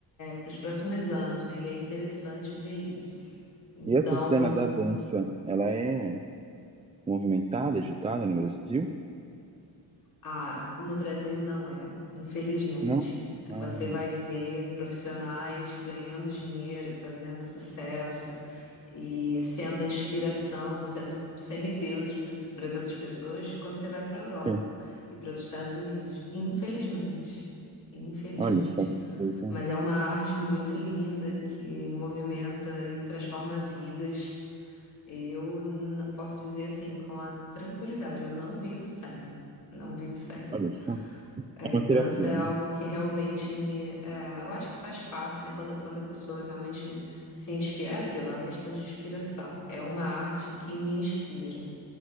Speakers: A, on the left; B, on the right.
A: para os próximos anos, né? E é interessante ver isso. Então,
B: E essa cena da dança, ela é movimentada, agitada no Brasil?
A: ah, no Brasil não é, infelizmente.
B: Não? Ah,
A: Você vai ver profissionais ganhando dinheiro e fazendo sucesso e sendo inspiração, sendo semideuses para as outras pessoas quando você vai para a Europa
B: sim.
A: e para os Estados Unidos, infelizmente. Infelizmente.
B: Olha só que coisa,
A: Mas
B: hein?
A: é uma arte muito linda que movimenta e transforma vidas. Eu n- posso dizer assim, com a tranquilidade, eu não vivo sem. Não vivo sem.
B: Olha só. É
A: É,
B: uma
A: dança
B: terapia,
A: é algo
B: né?
A: que realmente me. é, eu acho que faz parte, né? Quando, quando a pessoa realmente se inspira, é aquilo, é uma questão de inspiração. É uma arte que me inspira.